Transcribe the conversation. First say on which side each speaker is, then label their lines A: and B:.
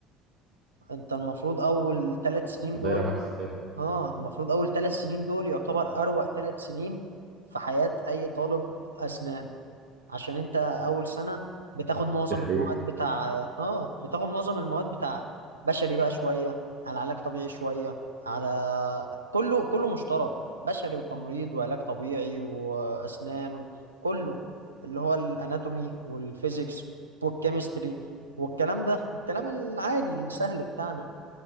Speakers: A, on the right; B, on the right.
A: انت المفروض اول ثلاث سنين
B: في دايره
A: دول
B: معاك ازاي
A: اه المفروض اول ثلاث سنين دول يعتبر اروع ثلاث سنين في حياة اي طالب اسنان عشان انت اول سنة بتاخد معظم
B: دي حقيقة.
A: المواد بتاع اه بتاخد معظم المواد بتاع بشري بقى شوية على علاج طبيعي شوية على كله كله مشترك بشري وتمريض وعلاج طبيعي واسنان كله اللي هو الاناتومي والفيزيكس والكيمستري والكلام ده الكلام العادي السهل بتاعنا